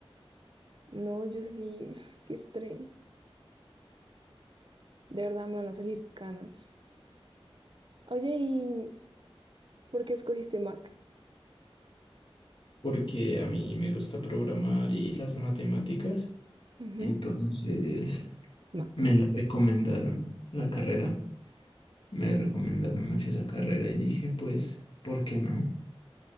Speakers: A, on the right; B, on the left.
A: no, yo sí, <sighs> qué estrés. De verdad me van a salir canas. Oye, ¿y por qué escogiste Mac?
B: Porque a mí me gusta programar y las matemáticas.
A: Ujú,
B: Entonces
A: Mac.
B: me la recomendaron la carrera. Me recomendaron mucho esa carrera y dije, pues, ¿por qué no?